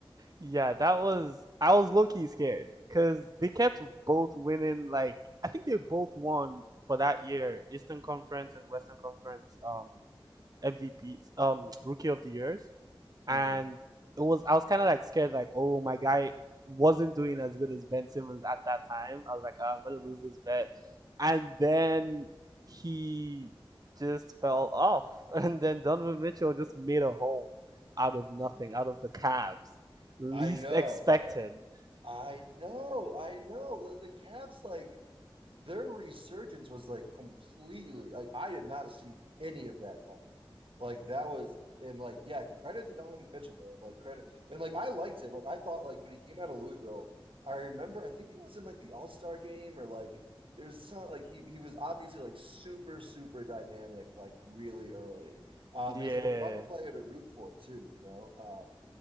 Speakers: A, on the right; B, on the right.
A: Yeah,
B: yeah.
A: that was I was low key scared because they kept both winning. Like I think they both won for that year, Eastern Conference and Western Conference um MVPs, um Rookie of the Years, and
B: Mm-hmm.
A: it was I was kind of like scared, like oh my guy wasn't doing as good as Ben Simmons at that time. I was like "Ah, I'm gonna lose this bet, and then he just fell off, <laughs> and then Donovan Mitchell just made a home out of nothing,
B: Yeah.
A: out of the Cavs Least
B: I know.
A: expected. <laughs>
B: I know, I know. The, the Cavs, like, their resurgence was like completely, like, I did not see any of that coming. Like, that was, and like, yeah, credit to Donovan Mitchell, man. Like, credit. And like, I liked him. Like, I thought, like, when he came out of Louisville, I remember, I think it was in like the All-Star game or like, there's some, like, he, he was obviously like super, super dynamic, like, really early. Um,
A: Yeah.
B: he's like a fun player to root for, too, you know? Um,